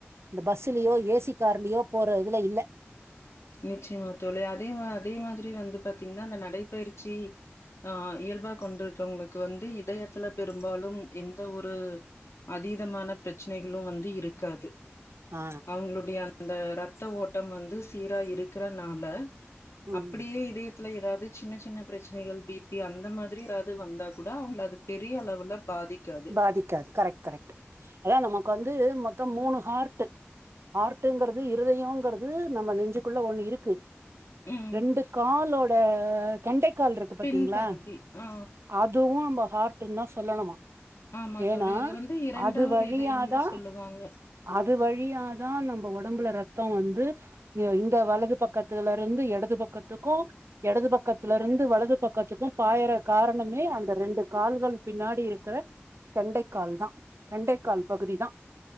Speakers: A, on the right; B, on the left.
A: இந்த பஸ்லயோ ஏசி கார்லயோ போற இதுல இல்ல
B: நிச்சயமா தோழி அதே மாதிரி அதே மாதிரி வந்து பாாரத்தீங்கன்னா அந்த நடைபயிற்சி ஆஹ் இயல்பா கொண்டுருக்கவங்களுக்கு வந்து இதயத்துல பெரும்பாலும் எந்த ஒரு அதீதமான பிரச்சனைகளும் வந்து இருக்காது
A: ஆ
B: அவங்களுடைய அந்த ரத்த ஓட்டம் வந்து சீரா இருக்கறனால
A: ம்
B: அப்படியே இதே ஏதாவது சின்ன சின்ன பிரச்சனைகள் பிபி அந்த மாதிரி ஏதாவது வந்தா கூட அவங்கள அது பெரிய அளவுல பாதிக்காது.
A: பாதிக்காது கரெக்ட் கரெக்ட் அதான் நமக்கு வந்து மொத்தம் மூணு ஹார் ஆர்ட்ங்கிறது இருதயம்ங்கிறது நம்ம நெஞ்சு ள்ள ஒண்ணு இருக்கு
B: ம்.
A: ரெண்டு காலோட கண்டெக்ட் கால் இருக்கு பாாரத்தீங்களா
B: பின்பகுதி. ஆ.
A: அதுவும் நம்ப ஹார்ட் தாசொல்லணுமா
B: ஆமா
A: ஏன்னா
B: தோழி. அத வந்து
A: அது வழியாதான்
B: இதயம்னு சொல்லுவாங்க.
A: அது வழியாதான் நம்ம உடம்புல ரத் த்தம் வந்து இந்த வலது பக்கத்துல இருந்து இடது பக்கத்துக்கும் யெடது பக்கத்திலிருந்து வலது பக்க பக்கத்துக்கும் பாயற காரணமே அந்த ரெண்டு கால்கள் பின்னாடி இருக்கிற கெண்டைக்கால் தான் கெண்டைக்கால் பகுதி தான்